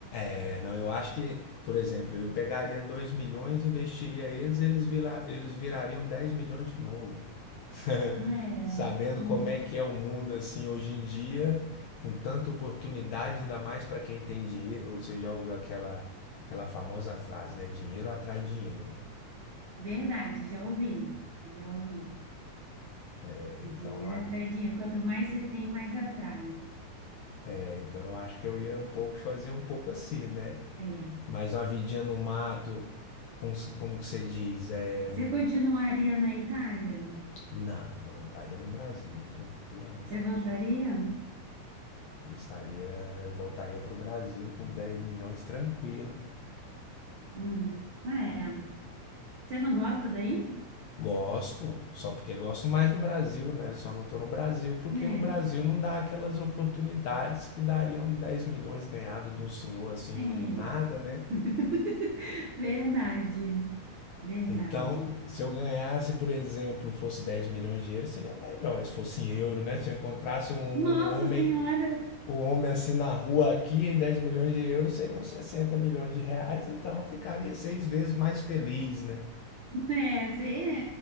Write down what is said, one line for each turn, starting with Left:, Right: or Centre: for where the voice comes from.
Left: É, não, eu acho que, por exemplo, eu pegaria 2 milhões, investiria eles, eles, vira, eles virariam 10 milhões de novo. <laughs>
Right: É,
Left: Sabendo
Right: hum,
Left: como é que é o mundo assim hoje em dia, com tanta oportunidade, ainda mais para quem tem dinheiro, ou você já ouviu aquela aquela famosa frase, né? Dinheiro atrai dinheiro.
Right: verdade, já ouvi, já ouvi.
Left: É,
Right: O
Left: então,
Right: dinheiro
Left: a-
Right: atrai dinheiro. Quanto mais você tem, mais atrai.
Left: é, então eu acho que eu ia um pouco fazer um pouco assim, né?
Right: É.
Left: Mas uma vidinha no mato, com, como que você diz? É,
Right: Você continuaria na Itália?
Left: não, eu estaria no Brasil, tranquilamente.
Right: Você voltaria?
Left: Eu estaria, eu voltaria para o Brasil com 10 milhões tranquilo.
Right: Hum, É. Você não gosta daí?
Left: Gosto, só porque gosto mais do Brasil, né? Só não tô no Brasil porque
Right: É,
Left: no Brasil não dá aquelas oportunidades que dariam 10 milhões ganhados de um senhor assim
Right: é.
Left: do nada, né?
Right: <laughs> Verdade, verdade.
Left: Então, se eu ganhasse, por exemplo, fosse 10 milhões de euros seria melhor. Se fosse em euro, né? Se eu encontrasse um, um
Right: Nossa
Left: homem,
Right: Senhora!
Left: um homem assim na rua aqui e 10 milhões de euros seriam 60 milhões de reais, então eu ficaria seis vezes mais feliz, né?
Right: É, você